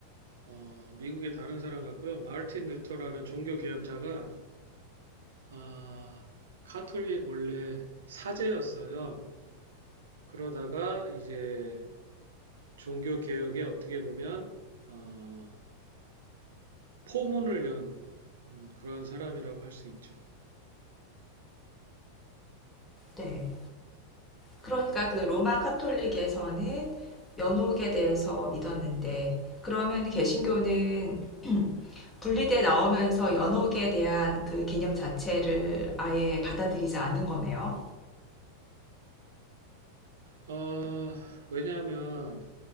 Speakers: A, on the right (about 65°); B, on the left (about 15°).
A: 어, 미국의 다른 사람 같고요. 마르틴 루터라는 종교 개혁자가 아, 카톨릭 원래 사제였어요. 그러다가 이제 종교 개혁에 어떻게 보면 어, 포문을 연 음, 그러한 사람이라고 할 수 있죠.
B: 네. 그러니까 그 로마 카톨릭에서는 연옥에 대해서 믿었는데 그러면 개신교는 분리돼 나오면서 연옥에 대한 그 개념 자체를 아예 받아들이지 않은 거네요.
A: 어, 왜냐하면